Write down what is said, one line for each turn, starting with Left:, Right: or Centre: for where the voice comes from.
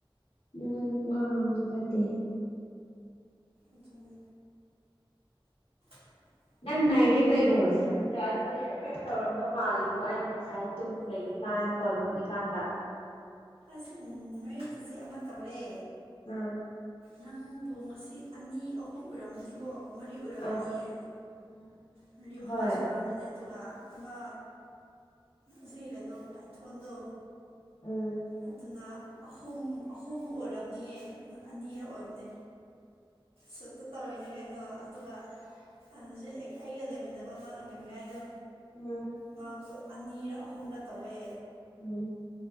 Left: ꯃꯤꯉꯣꯟꯗ ꯄꯨꯡꯉꯥꯡ ꯉꯥꯡꯕꯁꯨ ꯐꯠꯇꯦꯍꯦ
Right: ꯑꯗꯨꯅꯦ <inaudible>
Left: ꯅꯪ ꯅꯩꯔꯦ ꯀꯩꯅꯣ ꯁꯨꯠꯇ ꯑꯗꯨꯗꯤ ꯍꯥꯏꯐꯦꯠ ꯇꯧꯔꯝꯗꯧ ꯃꯥꯜꯂꯤꯕꯣ ꯑꯩꯅ ꯉꯁꯥꯏ ꯇꯨꯝ ꯂꯩꯔꯤꯀꯥꯟ ꯐꯣꯟ ꯃꯨꯠꯂꯤꯀꯥꯟꯗ
Right: ꯑꯁ ꯅꯣꯏ ꯆꯤꯆꯦ ꯑꯃ ꯇꯧꯔꯦ
Left: ꯑꯥ
Right: ꯅꯪꯕꯨ ꯉꯁꯤ ꯑꯅꯤ ꯑꯍꯨꯝ ꯑꯣꯏꯔꯝꯅꯤꯀꯣ ꯃꯔꯤ ꯑꯣꯏꯔꯝꯃꯅꯤꯌꯦ
Left: ꯑ <unintelligible>
Right: ꯃꯔꯤ ꯃꯨꯉꯥ
Left: ꯍꯣꯏ
Right: ꯁꯨꯔꯛꯑꯕꯅꯦ ꯑꯗꯨꯒ ꯑꯃ ꯑꯁꯤ ꯀꯩꯅꯣ ꯇꯥꯏꯊꯣꯟꯗꯣ
Left: ꯎꯝ
Right: ꯑꯗꯨꯅ ꯑꯍꯨꯝ ꯑꯍꯨꯝ ꯑꯣꯏꯔꯝꯅꯤꯌꯦ ꯑꯅꯤꯔꯥ ꯑꯣꯏꯕꯅꯦ ꯁꯨꯠꯇ ꯇꯧꯔꯤꯅꯦ ꯀꯩꯅꯣ ꯑꯗꯨꯒ ꯍꯧꯖꯤꯛ ꯑꯩꯒ ꯂꯩꯃꯤꯟꯅꯕ ꯑꯃ ꯒꯟꯒꯥꯏꯗꯣ
Left: ꯎꯝ
Right: ꯃꯥꯁꯨ ꯑꯅꯤꯔ ꯑꯍꯨꯝꯔ ꯇꯧꯋꯦ
Left: ꯎꯝ